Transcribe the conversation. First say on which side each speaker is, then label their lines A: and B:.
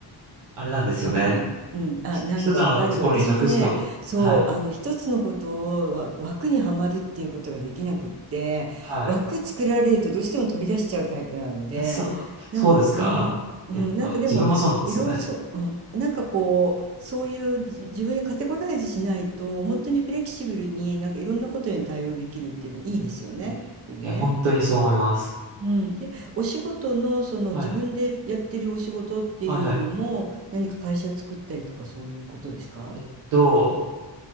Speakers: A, on the right; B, on the right.
A: あれなんですよね。
B: うんうん。うん、あ、
A: ひ一つのところに属すと、
B: なんかわかる。私もね、そう、
A: はい、
B: あの、一つのことをわ枠にはまるっていうことができなくって、
A: はい。
B: 枠作られるとどうしても飛び出しちゃうタイプなので、
A: あ、そう、そうですか。
B: なんか、うん、なうん、
A: やっぱ、
B: なんかでも、
A: 自分もそうなんですよね。
B: いろいろそう、うん、なんかこう、そういうじ自分にカテゴライズしないと、本当にフレキシブルになんかいろんなことに対応できるっていうのはいいですよね。
A: えーいや、
B: 特にね。
A: 本当にそう思います。
B: うん。え、お仕事のその自分でやってるお仕事っていうのも、
A: はい、はい、はい。
B: 何か会社作ったりとかそういうことですか？
A: えっと、